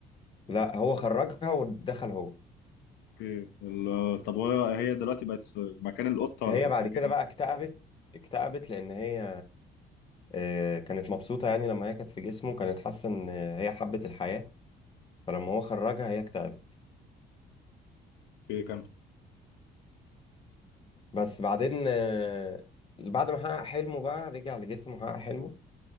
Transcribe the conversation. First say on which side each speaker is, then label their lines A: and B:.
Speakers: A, on the left; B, on the left.
A: لا هو خرجها ودخل هو
B: اوكي ال- طب هو هي دلوقتي بقت مكان القطة
A: هي
B: ولا بقت
A: بعد
B: مكان
A: كده
B: ايه؟
A: بقى اكتئبت اكتئبت لان هي آه، كانت مبسوطه يعني لما هي كانت في جسمه كانت حاسه ان هي حبت الحياه فلما هو خرجها هي اكتئبت
B: اوكي كمل
A: بس بعدين آه، بعد ما حقق حلمه بقى رجع لجسمه وحقق حلمه